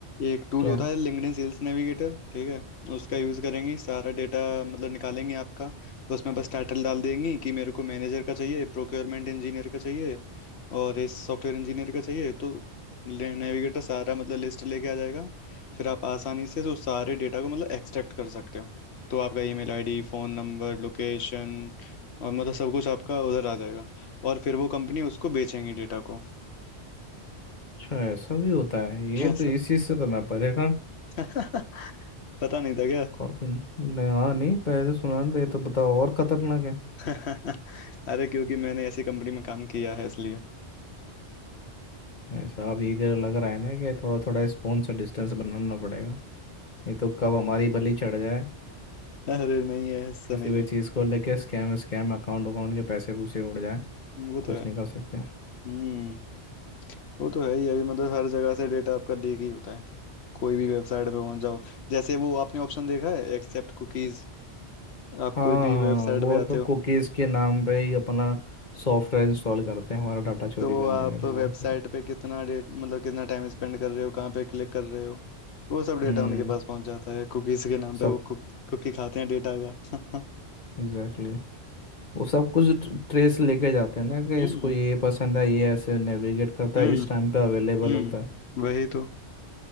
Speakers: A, on the left; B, on the left.
A: एक टूल
B: क्या
A: होता है लिंक्डइन सेल्स नेविगेटर ठीक है उसका यूज़ करेंगी सारा डेटा मतलब निकालेंगे आपका उसमें बस टाइटल डाल देंगी कि मेरे को मैनेजर का चाहिए प्रोक्योरमेंट इंजीनियर का चाहिए और इस सॉफ्टवेयर इंजीनियर का चाहिए तो नेविगेटर सारा मतलब लिस्ट लेके आ जाएगा फिर आप आसानी से उस सारे डेटा को मतलब एक्सट्रैक्ट कर सकते हो तो आपका email ID phone number location और मतलब सब कुछ आपका उधर आ जाएगा और फिर वो कंपनी उसको बेचेंगी डेटा को
B: अच्छा ऐसा भी होता है ये
A: <laughs>
B: तो इस चीज से तो मैं परे था
A: <laughs> पता नहीं था क्या
B: कॉफी नहीं हाँ नहीं पहले तो सुना नहीं था, ये तो बताओ और खतरनाक है
A: <laughs> अरे क्योंकि मैंने ऐसी कंपनी में काम किया है इसलिए
B: भाई साहब
A: <laughs>
B: ये इधर लग रहा है ना कि थोड़ा थोड़ा स्पून से डिस्टेंस बनाना पड़ेगा ये तो कब हमारी बलि चढ़ जाए
A: अरे नहीं है ऐसा
B: किसी
A: नहीं
B: भी
A: है
B: चीज को लेके स्कैम स्कैम अकाउंट अकाउंट के पैसे पूसे उड़ जाए
A: वो तो
B: कुछ
A: है
B: नहीं कर सकते
A: हम्म वो तो है ही अभी मतलब हर जगह से डेटा आपका लीक ही होता है कोई भी वेबसाइट पे पहुंच जाओ जैसे वो आपने ऑप्शन देखा है एक्सेप्ट कुकीज आप
B: हाँ
A: कोई भी
B: हाँ
A: वेबसाइट
B: वो
A: पे आते
B: तो
A: हो
B: कुकीज के नाम पे ही अपना सॉफ्टवेयर इंस्टॉल करते हैं हमारा डाटा चोरी
A: तो वो
B: करने
A: आप
B: के लिए और
A: वेबसाइट
B: कुछ नहीं।
A: पे कितना डेट मतलब कितना टाइम स्पेंड कर रहे हो कहाँ पे क्लिक कर रहे हो वो सब डेटा
B: हम्म
A: उनके पास पहुंच जाता है कुकीज के नाम पे
B: सब
A: वो कुकी खाते हैं डेटा का
B: एग्जैक्टली वो सब कुछ ट्रेस लेके जाते हैं ना कि
A: हम्म
B: इसको ये पसंद है ये ऐसे नेविगेट करता
A: हम्म
B: है इस टाइम पे अवेलेबल
A: हम्म
B: होता है
A: वही तो